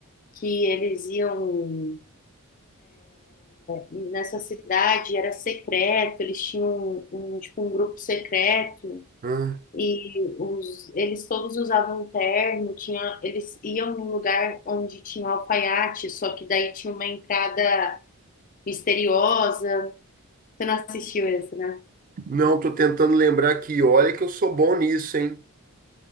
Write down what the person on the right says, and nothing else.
Hã?
não, tô tentando lembrar aqui. Olha que eu sou bom nisso, hein?